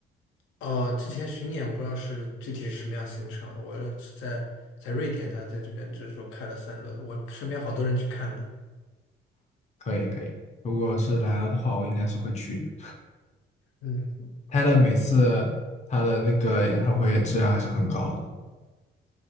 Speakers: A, on the left (about 85°); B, on the left (about 35°).
A: 哦，之前巡演我不知道是具体是什么样行程，我是在在瑞典，他在这边就是说开了三轮，我身边好多人去看的。
B: 可以可以，如果是来了的话，我应该是会去的。
A: 嗯，
B: 他的每次他的那个演唱会质量还是很高的。